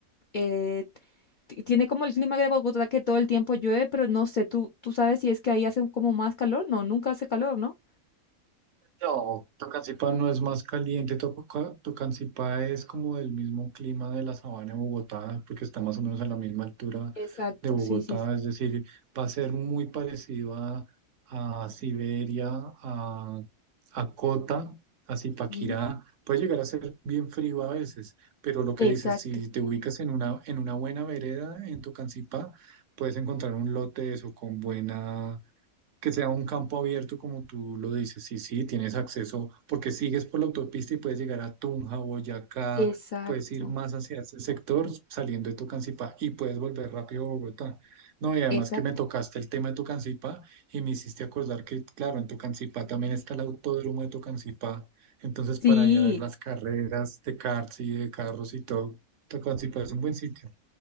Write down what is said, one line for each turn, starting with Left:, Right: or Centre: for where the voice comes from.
Left: eh, t- tiene como el clima de Bogotá que todo el tiempo llueve, pero no sé, tú, tú sabes si es que ahí hace como más calor. No, nunca hace calor, ¿no?
Right: No, Tocancipá no es más caliente, Toca- Tocancipá es como del mismo clima de la sabana de Bogotá, porque está más o menos a la misma altura
Left: Exacto,
Right: de Bogotá,
Left: sí, sí, sí.
Right: es decir, va a ser muy parecido a, a Siberia, a, a Cota, a Zipaquirá,
Left: Sí.
Right: puede llegar a ser bien frío a veces, pero lo que dices,
Left: Exacto,
Right: si te ubicas en una, en una buena vereda en Tocancipá, puedes encontrar un lote de eso con buena que sea un campo abierto, como tú lo dices, sí, sí, tienes acceso, porque sigues por la autopista y puedes llegar a Tunja, Boyacá,
Left: exacto,
Right: puedes ir más hacia ese sector saliendo de Tocancipá y puedes volver rápido a Bogotá. No, y además
Left: exacto.
Right: que me tocaste el tema de Tocancipá y me hiciste acordar que, claro, en Tocancipá también está el autódromo de Tocancipá, entonces
Left: Sí.
Right: para ir a ver las carreras de karts y de carros y todo, Tocancipá es un buen sitio.